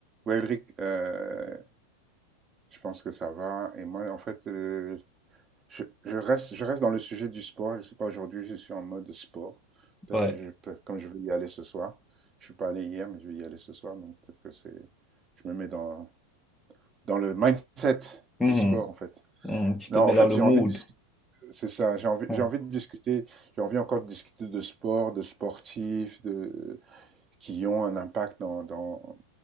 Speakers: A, on the right; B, in the centre.
A: Ouais, Elric, euh, je pense que ça va. Et moi, en fait, euh, je, je reste, je reste dans le sujet du sport. Je sais pas, aujourd'hui, je suis en mode sport. Peut-être
B: Ouais.
A: que je, peut-être- comme je vais y aller ce soir, je suis pas allé hier, mais je vais y aller ce soir. Donc, peut-être que c'est, je me mets dans, dans le mindset
B: Mhm.
A: du sport, en fait.
B: Mhm. Tu
A: Non,
B: te mets
A: en fait,
B: dans le
A: j'ai
B: mood,
A: envie de discuter. C'est ça, j'ai envie,
B: hein,
A: j'ai envie de discuter. J'ai envie encore de discuter de sport, de sportifs, de, qui ont un impact dans, dans,